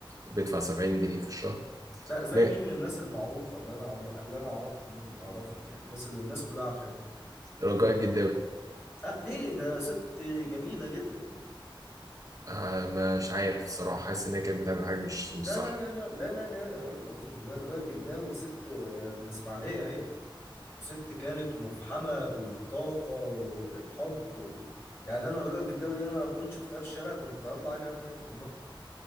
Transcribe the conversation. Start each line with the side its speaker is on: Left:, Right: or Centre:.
Right: بيدفع 70 جنيه في الشهر
Left: لا زي
Right: مات
Left: مين من الناس المعروفه اللي انا عم- اللي انا اعرفهم وانت تعرفهم يعني الناس اللي الناس كلها عارفاها
Right: رجاء الجداوي
Left: اه ليه ده ست جميله جدا
Right: آه، مش عارف الصراحة حاسس إن هي كانت بتعمل حاجة مش مش
Left: لا
Right: صح
Left: لا لا لا لا لا لا يا راجل اعوذ بالله رجاء الجداوي ست آه، من اسماعيليه هي وست كانت مفحمة بالطاقة وبالحب و... يعني أنا رجاء الجداوي دي أنا لو كنت شفتها في الشارع كنت هطلع أجري أترمي في حضنها